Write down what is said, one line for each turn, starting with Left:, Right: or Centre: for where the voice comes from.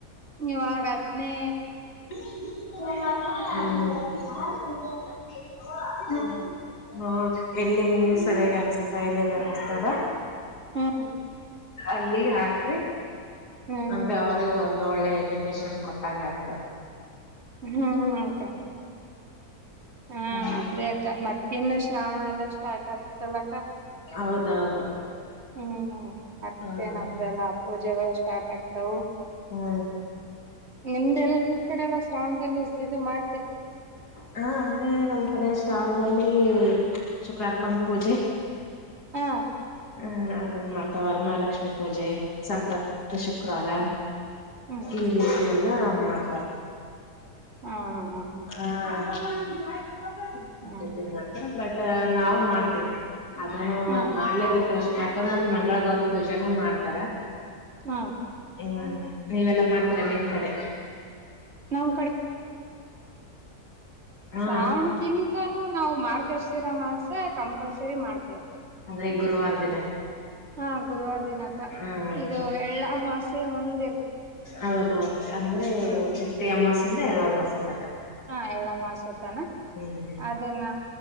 Right: ಇವಾಗ ಹದ್ನೇ
Left: ಹ <unintelligible> <unintelligible> ಹ ಎಲ್ಲಿ ಸರಿಯಾಗಿ ಅನಿಸ್ತದ ಎಲ್ಲಿದು ಅನಿಸ್ತದ
Right: ಹ್ಮ್
Left: ಅಲ್ಲಿ ಹಾಕ್ರಿ
Right: ಹ್ಮ್
Left: ಅಂದ್ರೆ ಅವ್ರ ಒಂದ ಒ ಒಳ್ಳೆ ಎಜುಕೇಶನ್ ಕೊಟ್ಟಂಗತು
Right: ಹ್ಮ್ ಕೆ ಹಾ
Left: ಹ್ಮ್
Right: ಅದೇ ಅಕ್ಕ ಮತ್ತೆ ಇನ್ನ ಶ್ರಾವಣ ಆಗ್ಲೇ ಸ್ಟಾರ್ಟ್ ಆಗ್ತಲ್ಲಕ್ಕ
Left: ಹೌದೌದು
Right: ಹ್ಮ್ ಮತ್ತೆ
Left: ಹ್ಮ್
Right: ನಮ್ದೆಲ್ಲ ಪೂಜೆಗಳು ಸ್ಟಾರ್ಟ್ ಆಗ್ತವು
Left: ಹ್ಮ್
Right: ನಿಮ್ದೆಲ್ಲ ನಿಮ್ ಕಡೆ ಎಲ್ಲ ಶ್ರಾವಣದಲ್ಲಿ ಇದು ಮಾಡ
Left: ಹಾ ಹು ನಮ ಕಡೆ ಶ್ರಾವಣದಲ್ಲಿ ಶುಕ್ರವಾರ ಕಂ ಪೂಜೆ
Right: ಹಾ
Left: ಹ್ಮ್ ಅ ಮಾಡ್ತ ವರಮಹಾಲಕ್ಷ್ಮಿ ಪೂಜೆ ಸಂಪತ್ತು ಶುಕ್ರವಾರ
Right: ಹ್ಮ್
Left: ಈ ರೀತಿ ಎಲ್ಲ ಮಾಡ್ತಾರ
Right: ಹಾ ಹ
Left: ಹ್ಮ ಹಾ <inaudible> <unintelligible>
Right: ಹ್ಮ್
Left: ಮಾಡ್ತಾರ ಬಟ್ ನಾವು ಮಾಡ್ತೀವಿ ಅದನ್ನು
Right: ಹ
Left: ಮತ್ ಮಾಡ್ಲೇ ಬೇಕಲ್ಲ ಶುಕ್ ಮತ್ತೊ ಮತ್ ಮಂಗಳ ಗೌರಿ ಪೂಜೆನೂ ಮಾಡ್ತಾರ
Right: ಹಾಂ
Left: ಹ್ಮ ನೀವೆಲ್ಲಾ ಮಾಡ್ತರಾ ನಿಮ ಕಡೆ
Right: ನಮ್
Left: ಹಾ
Right: ಸ್ರಾವಣಕಿನ್ ನಾವು ಮಾರ್ಗಶಿರ ಮಾಸ ಕಂಪಲ್ಸರಿ ಮಾಡ್ತಿೀವಿ
Left: ಅಂದ್ರೆ ಗುರುವಾರ ದಿನ
Right: ಹಾ ಗುರುವಾರ ದಿನಾಕ
Left: ಹ್ಮ್
Right: ಇದು ಎಳ್ಳ ಮಾಸೆ ಮುಂದ
Left: ಹೌದು
Right: ಹ್ಮ್
Left: ರಿಂದ ಎಲ್ಲ ಮಾಸೆ ತಕ್ಕ
Right: ಹಾ ಎಲ್ಲ ಮಾಸ ತಾನ
Left: ಹ್ಮ್
Right: ಅದನ್ನ